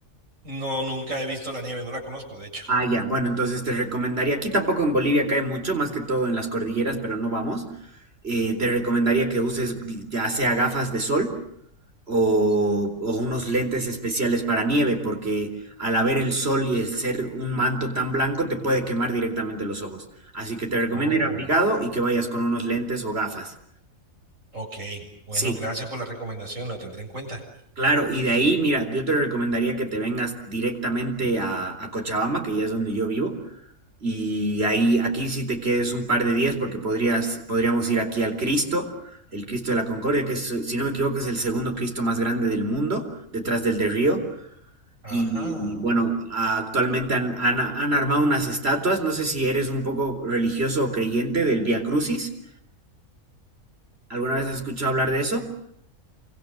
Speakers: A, on the right (about 60°); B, on the right (about 45°).
A: No, nunca he visto la nieve, no la conozco, de hecho.
B: Ah, ya. Bueno, entonces te recomendaría, aquí tampoco en Bolivia cae mucho, más que todo en las cordilleras, pero no vamos. Eh, te recomendaría que uses ya sea gafas de sol o, o unos lentes especiales para nieve, porque al haber el sol y el ser un manto tan blanco te puede quemar directamente los ojos. Así que te recomiendo
A: Oh,
B: ir abrigado y que vayas con unos lentes o gafas.
A: ok. Bueno,
B: Sí,
A: gracias por la recomendación, la tendré en cuenta.
B: claro, y de ahí, mira, yo te recomendaría que te vengas directamente a, a Cochabamba, que ya es donde yo vivo, y ahí, aquí sí te quedes un par de días porque podrías, podríamos ir aquí al Cristo, el Cristo de la Concordia, que es, si no me equivoco es el segundo Cristo más grande del mundo, detrás del de Río.
A: Ajá,
B: Y bueno,
A: oh.
B: actualmente han, han- han armado unas estatuas. No sé si eres un poco religioso o creyente del Vía Crucis. ¿Alguna vez has escuchado hablar de eso?